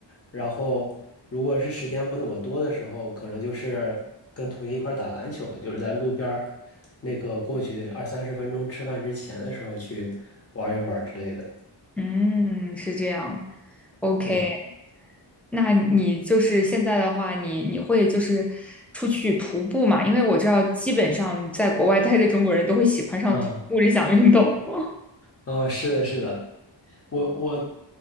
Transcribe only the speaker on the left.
然后如果是时间不怎么多的时候，可能就是跟同学一块儿打篮球，就是在路边儿。那个过去二三十分钟吃饭之前的时候去玩一玩之类的。
对对，
啊
啊，是的，是的，我我